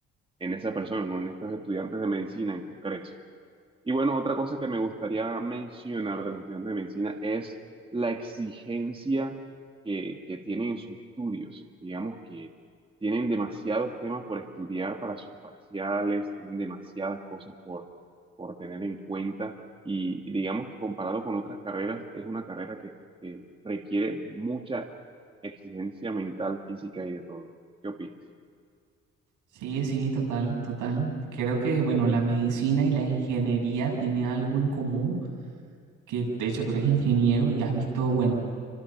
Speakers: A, on the right (about 15°); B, on the right (about 85°).
A: en esa persona, ¿no? En estos estudiantes de medicina en concreto. Y bueno, otra cosa que me gustaría mencionar de los estudiantes de medicina es la exigencia que, que tienen en sus estudios. Digamos que tienen demasiados temas por estudiar para sus parciales, tienen demasiadas cosas por, por tener en cuenta y, y digamos que comparado con otras carreras, es una carrera que, que requiere mucha exigencia mental, física y de todo. ¿Qué opinas?
B: Sí, sí, total, total. Creo que, bueno, la medicina y la ingeniería tienen algo en común, que de hecho tú eres ingeniero y has visto, bueno,